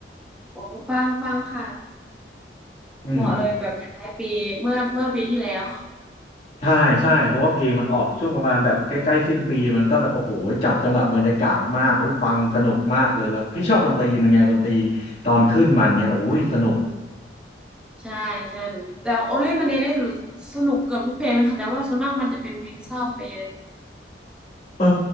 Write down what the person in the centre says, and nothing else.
โอ้ฟังฟังค่ะ
เหมาะเลยแบบท้ายปีเมื่อเมื่อปีที่แล้ว
ใช่ใช่แบบแต่โอลี่มันเดยได้รู้สนุกเกือบทุกเพลงนะคะแต่ว่าส่วนมากมันจะเป็นเพลงเศร้าไปเยอะ